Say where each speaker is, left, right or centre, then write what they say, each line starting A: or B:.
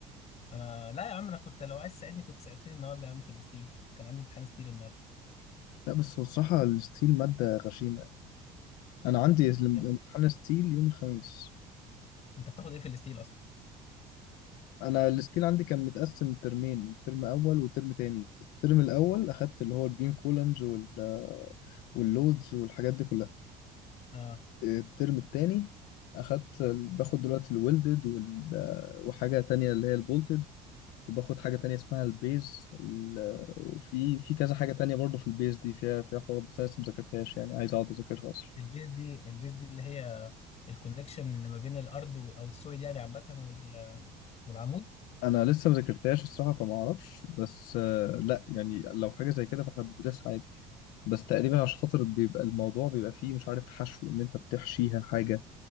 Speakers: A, on the left (about 45°); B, on the left (about 80°).
A: انا لا يا عم انا كنت لو عايز تساعدني كنت ساعدتني النهارده يا عم في الستيل كان عندي امتحان ستيل النهارده
B: لا بس هو الصراحه الستيل ماده غشيمه يعني. انا عندي امتحان
A: يا ابني
B: ستيل يوم الخميس
A: انت بتاخد ايه في الستيل اصلا
B: انا الستيل عندي كان متقسم ترمين ترم اول وترم تاني الترم الاول اخدت اللي هو البيم كولمز وال... واللودز والحاجات دي كلها
A: اه
B: الترم التاني اخدت باخد دلوقتي الويلدد وال... وحاجه تانية اللي هي البولتد وباخد حاجة تانية اسمها البيز ال- وفي في كذا حاجة تانية برضو في البيز دي فيها فيها حوارات بس أنا لسه مذاكرتهاش يعني عايز أقعد أذاكرها أصلا
A: البيز دي البيز دي اللي هي الكونكشن اللي ما بين الارض و- او السويد يعني عامه وال- والعمود
B: أنا لسه مذاكرتهاش الصراحة فما أعرفش بس آه، لا يعني لو حاجة زي كده فإحنا بندرسها عادي بس تقريبا عشان خاطر بيبقى الموضوع بيبقى فيه مش عارف حشو إن أنت بتحشيها حاجة